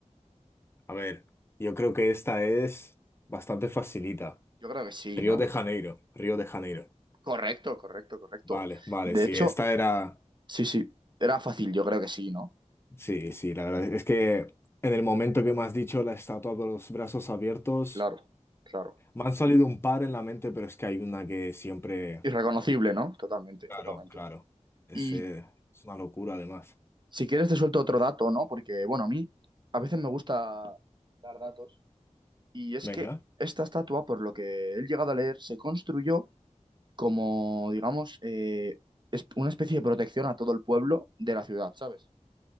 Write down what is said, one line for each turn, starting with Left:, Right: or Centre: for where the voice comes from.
Left: A ver, yo creo que esta es bastante facilita.
Right: Yo creo que sí,
Left: Río
Right: ¿no?
Left: de Janeiro, Río de Janeiro.
Right: Correcto, correcto, correcto.
Left: Vale, vale,
Right: De
Left: sí,
Right: hecho,
Left: esta era...
Right: sí, sí, era fácil, yo creo que sí, ¿no?
Left: Sí, sí, la verdad es que en el momento que me has dicho la estatua con los brazos abiertos,
Right: Claro, claro.
Left: me han salido un par en la mente, pero es que hay una que siempre...
Right: Irreconocible, ¿no? Totalmente,
Left: Claro,
Right: totalmente.
Left: claro. Es,
Right: Y
Left: eh, es una locura además.
Right: si quieres te suelto otro dato, ¿no? Porque, bueno, a mí a veces me gusta dar datos. Y es
Left: Venga.
Right: que esta estatua, por lo que he llegado a leer, se construyó como, digamos, eh, es- una especie de protección a todo el pueblo de la ciudad, ¿sabes?